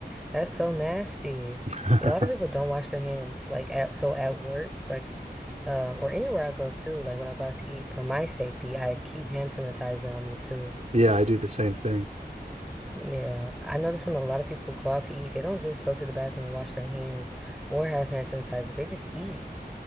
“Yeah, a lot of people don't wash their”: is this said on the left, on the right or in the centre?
Centre